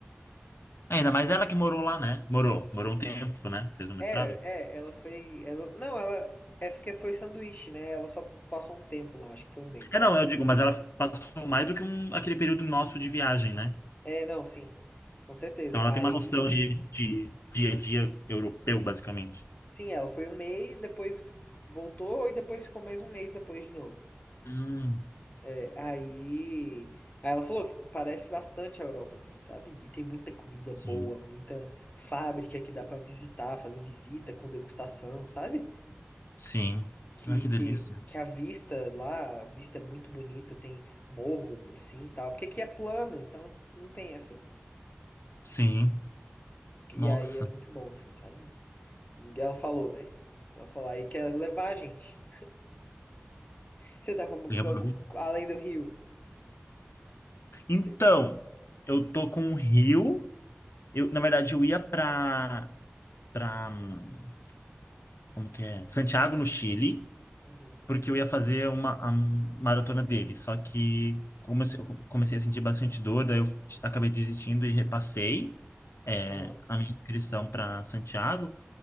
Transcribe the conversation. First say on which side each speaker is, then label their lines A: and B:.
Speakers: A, on the left; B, on the left.
A: É, Ainda mais ela que morou lá, né? Morou, morou um tempo, né? Fez um mestrado.
B: É, é, ela foi. Ela, não, ela. É porque foi sanduíche, né? Ela só passou um tempo lá, acho que foi um mês.
A: É, não, eu digo, mas ela passou mais do que um, aquele período nosso de viagem, né?
B: É, não, sim. Com certeza.
A: Então ela
B: Aí.
A: tem uma noção de, de dia a dia europeu, basicamente.
B: Sim, ela foi um mês, depois voltou e depois ficou mais um mês depois de novo.
A: Hum,
B: É, aí. Aí ela falou que parece bastante a Europa, assim, sabe? E tem muita comida
A: sim,
B: boa, muita fábrica que dá pra visitar, fazer visita com degustação, sabe?
A: sim.
B: que,
A: Ai, que
B: que,
A: delícia.
B: que a vista lá, a vista é muito bonita, tem morro, assim, e tal. Porque aqui é plano, então não tem essa.
A: Sim,
B: E
A: nossa.
B: aí é muito bom, assim, sabe? E Ela falou, né? Ela falou, aí quer levar a gente. <laughs> Você tá com,
A: E
B: com-
A: aproveita.
B: com- além do rio.
A: Então,
B: Te-
A: eu tô com o Rio. Eu, na verdade, eu ia pra, pra, hum, como que é? Santiago, no Chile.
B: Uhum,
A: porque eu ia fazer uma a maratona dele. Só que comecei, comecei a sentir bastante dor, daí eu acabei desistindo e repassei é,
B: aham.
A: a minha inscrição para Santiago